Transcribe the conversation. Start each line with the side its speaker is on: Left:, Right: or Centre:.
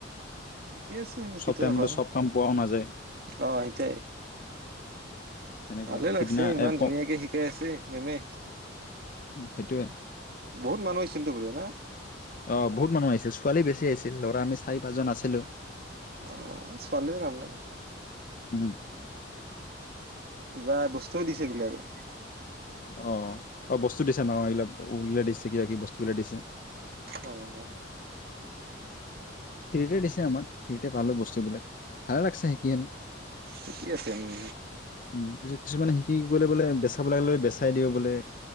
Right: ঠিকেই আছে,
Left: চব
Right: কেতিয়া
Left: টাইমতে
Right: ভাল
Left: চব কাম পোৱাও নাযায়
Right: অ। ইতেই
Left: সেনেকুৱা
Right: ভালে
Left: সিদিনা
Right: লাগছে ইমান
Left: এ ক
Right: ধুনীয়াকে শিকাই আছে মেমে।
Left: সেইটোৱে।
Right: বহুত মানুহ হৈছিল তো বোলে না?
Left: অ বহুত মানুহ আহিছিল ।ছোৱালী বেছি আহিছিল, ল'ৰা আমি চাৰি পাঁচজন আছিলো।
Right: অ ছোৱালীৰ কাম নাই।
Left: উম।
Right: কিবা বস্তুও দিছে বোলে আৰু।
Left: অ অ। বস্তু দিছে ন, এইবিলাক উওলে দিছে ক কি বস্তু বিলে দিছে।
Right: অহ অহ।
Left: হেৰীটো দিছে আমাক। ফ্ৰী তে পালো বস্তুবিলাক। ভালে লাগছে শিকি কেনে।
Right: ঠিকেই আছে উম
Left: উম পিচে কিছুমানে শিকি বোলে বোলে বেচাব লাগে লে বেচাই দিওঁ বোলে